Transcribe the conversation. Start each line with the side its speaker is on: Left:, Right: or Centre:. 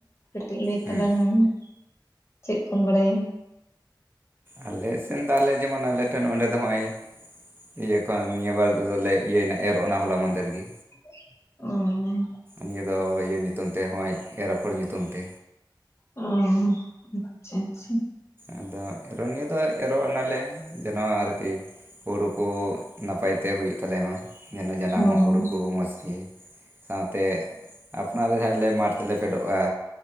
Left: ᱠᱟᱹᱴᱤᱡ ᱞᱟᱹᱭ
Right: ᱦᱮᱸ
Left: ᱛᱟᱞᱟᱝ ᱢᱮ ᱪᱮᱫ ᱠᱚᱢ ᱵᱟᱲᱟᱭᱟ
Right: ᱟᱞᱮ ᱥᱮᱱ ᱫᱚ ᱟᱞᱮ ᱡᱮᱢᱚᱱ ᱟᱞᱮ ᱴᱷᱮᱱ ᱚᱸᱰᱮ ᱫᱚ ᱦᱚᱜᱼᱚᱭ ᱤᱭᱟᱹ ᱠᱷᱚᱱ ᱱᱤᱭᱟᱹ ᱵᱟᱨᱫᱚᱞᱮ ᱤᱭᱟᱹᱭ ᱱᱟ ᱮᱨᱚᱜᱱᱟ ᱦᱚᱞᱟ ᱢᱟᱫᱷᱮᱨ ᱜᱮ
Left: ᱚ
Right: ᱱᱤᱭᱟᱹ ᱫᱚ ᱤᱭᱟᱹ ᱧᱩᱛᱩᱢ ᱛᱮ ᱦᱚᱜᱼᱚᱸᱚᱭ ᱮᱨᱟᱯᱷᱚᱲ ᱧᱩᱛᱩᱢᱛᱮ
Left: ᱚ ᱟᱪᱪᱷᱟ ᱟᱪᱪᱷᱟ
Right: ᱟᱫᱚ ᱮᱨᱚᱜ ᱱᱤᱭᱟᱹ ᱫᱚ ᱮᱨᱚᱜ ᱮᱱᱟᱞᱮ ᱡᱮᱱᱚ ᱟᱨᱠᱤ ᱦᱩᱲᱩ ᱠᱚ ᱱᱟᱯᱟᱭ ᱛᱮ ᱦᱩᱭᱩᱜ ᱛᱟᱞᱮᱢᱟ ᱡᱮᱱᱚ ᱡᱟᱱᱟᱢᱚᱜ
Left: ᱦᱳᱭ
Right: ᱦᱩᱲᱩ ᱠᱚ ᱢᱚᱡᱽ ᱜᱮ ᱥᱟᱶᱛᱮ ᱟᱯᱱᱟᱨ ᱨᱮ ᱡᱟᱦᱟᱸ ᱞᱮ ᱢᱟᱴᱷ ᱛᱮᱞᱮ ᱯᱷᱮᱰᱚᱜᱼᱟ